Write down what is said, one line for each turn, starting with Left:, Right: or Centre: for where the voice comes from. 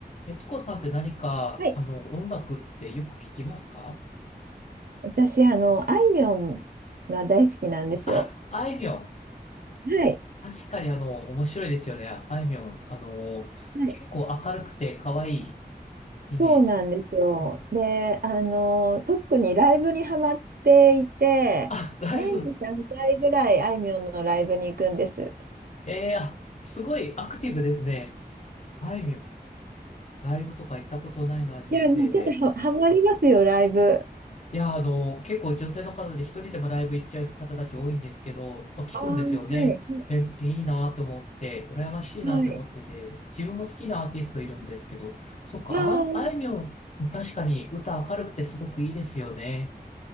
Left: 悦子さんって何か、
Right: はい。
Left: あの、音楽ってよく聞きますか
Right: 私、あの、あいみょんが大好きなんですよ。
Left: あ、あいみょん。
Right: はい。
Left: 確かにあの、面白いですよね。あいみょん。あの、
Right: はい。
Left: 結構明るくて可愛いイメージ。
Right: そうなんですよ。
Left: うん
Right: で、あの、特にライブにハマっていて、
Left: あ、ライブ。
Right: 年に3回ぐらいあいみょんのライブに行くんです。
Left: えー、あ、すごいアクティブですね。あいみょん。ライブとか行ったことないな、人生で。
Right: いや、もうちょっと、は、ハマりますよ、ライブ。
Left: いや、あの、結構女性の方で一人でもライブ行っちゃう方たち多いんですけど、あ、聞くんですよね。
Right: ああ、はい。
Left: え、いいなって思って、羨ましいなって思ってて、
Right: はい。
Left: 自分も好きなアーティストいるんですけど、そっか、
Right: ああ、
Left: あ、あいみょん、確かに歌明るくてすごくいいですよね。